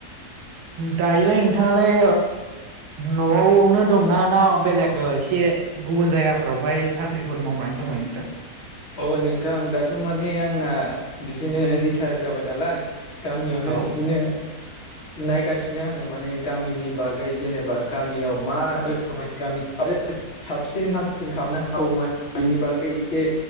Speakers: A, on the right; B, on the left.
A: दायोलाय नोंथाङालाय न'आवनो दंना ना बेलेग एसे गुबुन जायगाफोरावहाय साख्रिफोर मावनानै दङ नोंथां।
B: अ नोंथां दाथ' माने आंना बिदिनो रिटायार जाबाय नालाय। गामियावनो
A: औ
B: बिदिनो नायगासिनो आङो माने गामिनि बागै जेनेबा गामियाव मा रोखोमै गामि आरो साबसिन हामसिन खालामनो हमनि बागै एसे